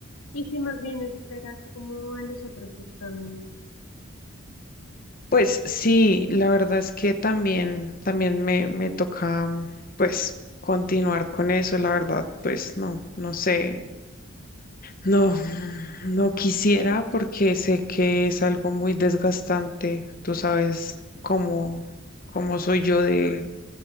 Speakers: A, on the left; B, on the left.
A: Y si más bien esperas como a los otros exámenes.
B: Pues sí, la verdad es que también, también me, me toca, mm, pues, continuar con eso, la verdad, pues no, no sé, no, no quisiera porque sé que es algo muy desgastante, tú sabes cómo, cómo soy yo de,